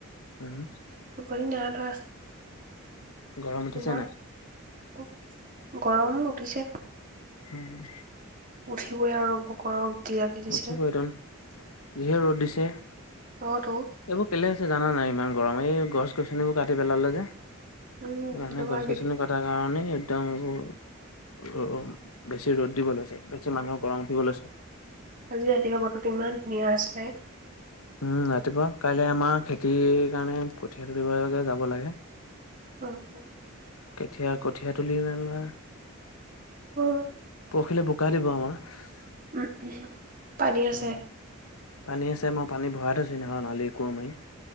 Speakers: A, on the left; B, on the right.
A: উম
B: টোপনি নাই ধৰা।
A: গৰম উঠিছে
B: তোমাৰ?
A: নাই
B: <unintelligible> গৰম উঠিছে।
A: হম <unintelligible>
B: উঠিবই আৰু। <unintelligible> জিৰাতি দিছে
A: উঠিটোন যিহে ৰ'দ দিছে। <unintelligible>
B: অঁ টো <unintelligible>
A: এইবোৰ কেলে হৈছে জানা নাই ইমান গৰম এই গছ-গছনিবোৰ কাটি পেলালে যে। <unintelligible>
B: উম
A: মানে
B: সেইটো
A: গছ-গছনি
B: কাৰণে
A: কাটি <unintelligible> কাটি পেলোৱাৰ কাৰণে একদম এইবোৰ <inaudible> বেছি ৰ'দ দিব লৈছে। বেছি মানুহৰ গৰম উঠিব লৈছে। <unintelligible>
B: আজি ৰাতিপুৱা বতৰটো ইমান ধুনীয়া আছিলে। <unintelligible>
A: উম ৰাতিপুৱা। কাইলৈ আমাৰ খেতিৰ কাৰণে কঠিয়া তুলিবলে <unintelligible> যাব লাগে।
B: উম <unintelligible>
A: কেতিয়া কঠীয়া তুলি মেলা <unintelligible>
B: উম <inaudible>
A: পৰসিলে বোকা দিব আমাৰ। <unintelligible>
B: উম-উম <unintelligible> পানী আছে?
A: উম, পানী আছে মই পানী ভৰাই থৈছোঁ নহয় <unintelligible> নালি কোৰ মাৰি।